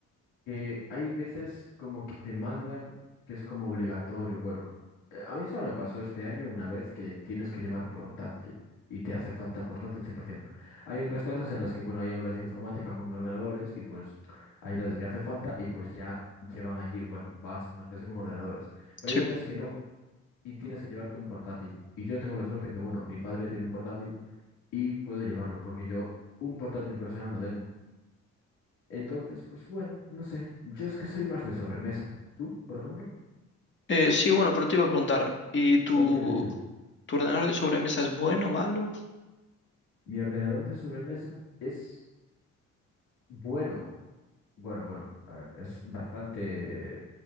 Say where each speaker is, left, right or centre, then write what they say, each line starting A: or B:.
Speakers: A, on the left; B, on the left.
A: que hay veces como que te mandan que es como obligatorio. Bueno, eh, a mí solo me pasó este año una vez que tienes que llevar portátil y te hace falta portátil 100%. Hay otras clases en las que, bueno, hay aulas de informática con ordenadores y pues hay clases que hace falta y pues ya llevan allí, bueno, vas a una clase con ordenadores. Pero
B: Sí.
A: hay veces que no y tienes que llevarte un portátil. Y yo tengo la suerte que, bueno, mi padre tiene un portátil y puedo llevarlo porque yo un portátil personal no tengo. Entonces, pues bueno, no sé. Yo es que soy más de sobremesa. ¿Tú, por ejemplo?
B: Eh, sí, bueno, pero te iba a preguntar, ¿y tu,
A: Bueno, dime, dime.
B: tu ordenador de sobremesa es bueno, malo?
A: Mi ordenador de sobremesa es bueno. Bueno, bueno, a ver, es bastante